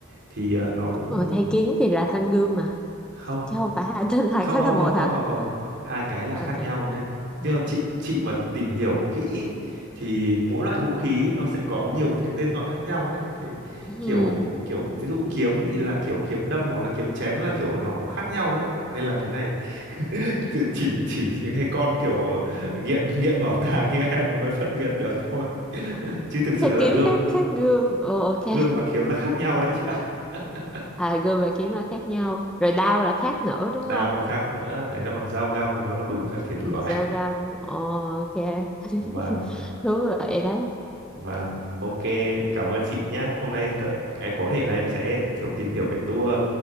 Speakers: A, on the right (about 60°); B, in the centre.
A: thì ờ, nó cũng
B: Ừ, thầy kiếm thì là thanh gươm mà,
A: không
B: chứ không phải hai trên hai
A: không
B: cái
A: không
B: là một
A: không không
B: hả?
A: không không hai cái là
B: Ok.
A: khác nhau nhé.
B: Ừ.
A: tức là chị
B: <laughs>
A: chị mà tìm hiểu kỹ ấy, thì mỗi loại vũ khí nó sẽ có nhiều cái tên gọi khác nhau đấy thế
B: Ừ.
A: kiểu kiểu ví dụ kiếm thì là kiểu kiếm đâm hoặc là kiếm chém là kiểu nó cũng khác nhau đấy nên là cái này <laughs> chỉ chỉ chỉ những cái con kiểu nghiện nghiện bảo tàng như em nó mới phân biệt được thôi <laughs> chứ thực sự
B: Thầy
A: là
B: kiếm
A: gươm
B: khác khác gươm. Ừ, ok.
A: gươm
B: <laughs>
A: và kiếm là khác nhau đấy chị ạ <laughs>
B: À gươm và kiếm là khác nhau. Rồi đao là khác nữa đúng
A: đao
B: không?
A: còn khác nữa đấy nó còn dao găm nó đủ các thể loại
B: Ờ, Dao găm. Ồ, ok. <laughs>
A: và
B: Đúng rồi đấy.
A: Và ok, cảm ơn chị nhé. Hôm nay tớ, em có thể là em sẽ kiểu tìm hiểu cái tour